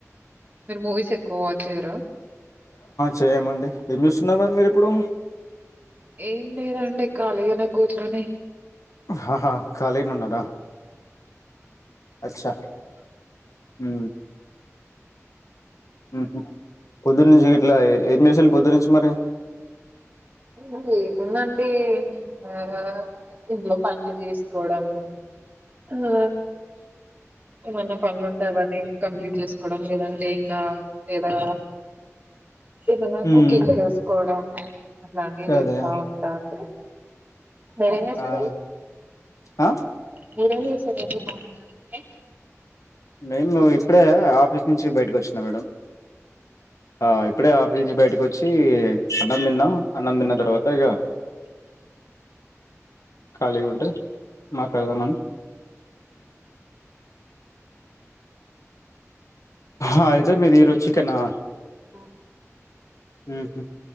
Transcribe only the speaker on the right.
మీరు మూవీస్ ఎక్కువ వాచ్చారు
ఏం లేదండి కాళీగానే కూర్చొని
కు ఏముంది అండి ఆ ఇంట్లో పనులు చేసుకోవడం ఆ ఏమన్నా పనులు ఉంటే అవన్నీ కంప్లీట్ చేసుకోవడం లేదంటే ఇంకా లేదా ఏమన్నా
కుకింగ్ చేసుకోవడం అట్లాంటి వేస్తా
ఉంటాన్ మీరేం చేస్తారు
మీరే చేసు ఎర్లీ మార్నింగ్ అత్తే
ఆ